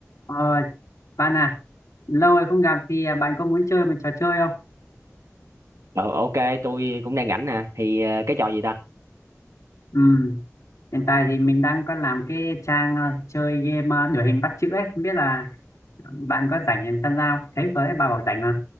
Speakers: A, on the left; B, on the right.
A: Ờ, bạn à, lâu rồi không gặp thì à, bạn có muốn chơi một trò chơi không?
B: Ờ ok, tôi cũng đang rảnh nè. Thì ờ, cái trò gì ta?
A: Ừ, hiện tại thì mình đang có làm cái trang à, chơi game à, đuổi hình bắt chữ ấy, không biết là bạn có rảnh để tham gia không? Thấy với bà bảo rảnh mà,